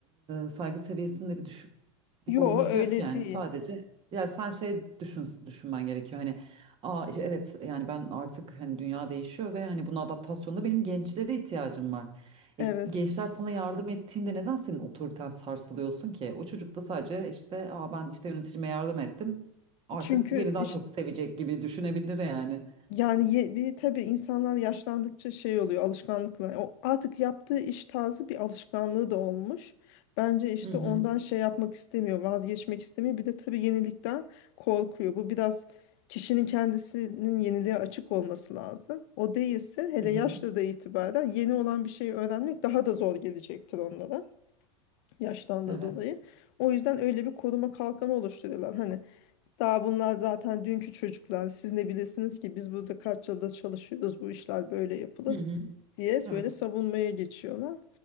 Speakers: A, on the right (about 30°); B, on the left (about 55°).
A: e, saygı seviyesinde bir düşüklük
B: yo
A: olmayacak
B: öyle
A: yani
B: değil.
A: sadece yani sen şey düşün düşünmen gerekiyor hani aa işte evet yani ben artık hani dünya değişiyor ve hani buna adaptasyonda benim gençlere ihtiyacım var.
B: Evet.
A: E, gençler sana yardım ettiğinde neden senin otoriten sarsılıyorsun ki? O çocuk da sadece işte aa ben işte yöneticime yardım ettim artık
B: Çünkü
A: beni daha
B: işte
A: çok sevecek gibi düşünebilir yani.
B: Yani ye- bir tabii insanlar yaşlandıkça şey oluyor alışkanlıkla. O artık yaptığı iş tarzı bir alışkanlığı da olmuş. Bence işte
A: Hı hı.
B: ondan şey yapmak istemiyor, vazgeçmek istemiyor. Bir de tabii yenilikten korkuyor. Bu biraz kişinin kendisinin yeniliğe açık olması lazım. O değilse hele
A: Hı hı.
B: yaşlı da itibaren yeni olan bir şeyi öğrenmek daha da zor gelecektir onlara yaştan da
A: Evet.
B: dolayı. O yüzden öyle bir koruma kalkanı oluşturuyorlar. Hani daha bunlar zaten dünkü çocuklar. Siz ne bilesiniz ki biz burada kaç yıldır çalışıyoruz bu işler böyle yapılır
A: Hı hı.
B: diye
A: Evet.
B: böyle savunmaya geçiyorlar.